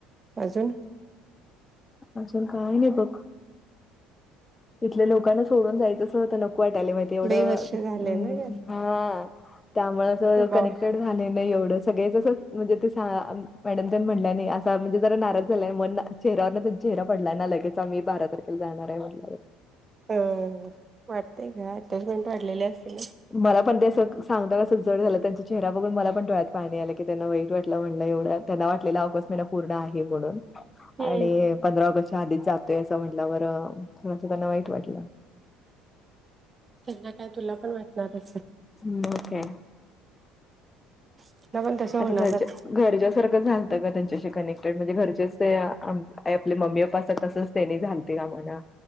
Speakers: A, on the right; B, on the left.
A: अजून
B: अजल काय नाही बघ. तथल्या लोकांना सोडून जायचं असत नको वाट आले माहि एवढंम्
A: लई वर्ष झाले ना ग आता
B: हा त्यामुळे अस
A: स्वभाव
B: कनेक्टेड. झा नाही एवढं सगळे म्हणजे ते मॅडम म्हट नाही अस म्हणजे जरा नाराज झाला म चेऱ्यावर चेहरा पडलाय ना लगेच आम्ही बारा तारखेला जाणार आहे म्ह
A: अ वाटतय का आत्ताच मिनट वाढलेले असतील ना.
B: मला पण ते असं सांगता कसं जड झालं त्यांचा चेहरा बघून मला पण डोळ्यात पाहणी आला की त्यांना वाईट वाटलं म्हणलं एवढं. त्यांना वाटलेला अवकस्मेला पूर्ण आहे म्हणून. आणि
A: हम्म
B: पंधरा ऑगस्टच्या आधीच जातोय असं म्हटलं बरं सं त्यांना वाईट वाटलं.
A: त्यांना काय तुला पण वाटणारच.
B: हम्म ओके
A: तुला पण तसं होणारच
B: असतां कच घरच्यासारखं झालतं का त्यांच्याशी कनेक्टेड म्हणजे घरचेच ते आ आपल्या मम्मीप्पाच तसच त्यांनी झालते ना मणा